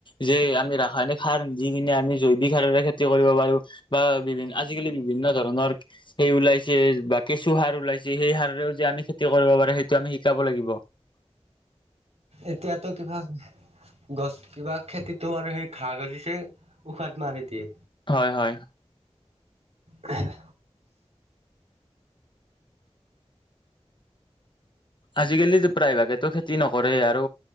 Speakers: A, on the left; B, on the right.
A: যে আমি ৰাসায়নিক সাৰ দি কিনে আমি জৈৱিক সাৰৰে খেতি কৰিব পাৰো বা বিভিন্ আজিকালি বিভিন্ন ধৰণৰ সেই ওলাইছে বা কেঁচু সাৰ ওলাইছে সেই সাৰও যে আমি খেতি কৰিব পাৰো সেইটো আমি শিকাব লাগিব
B: এতিয়াতো কিবা গছ কিবা খেতিত তোমাৰ সেই ঘাঁহ গজিছে উশাত মাৰি দিয়ে
A: হয় হয়
B: হে হে
A: আজিকালিতো প্ৰায়ভাগেতো খেতি নকৰেই আৰু